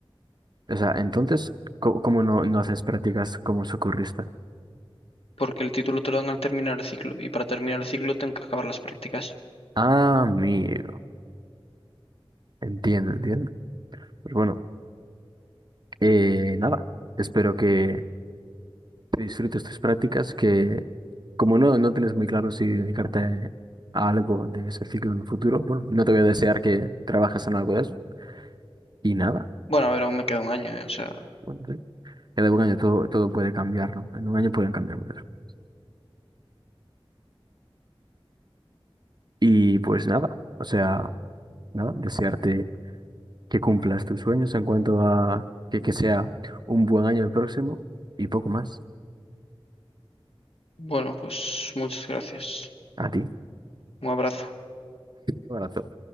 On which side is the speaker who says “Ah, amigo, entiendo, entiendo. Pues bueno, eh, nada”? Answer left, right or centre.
Right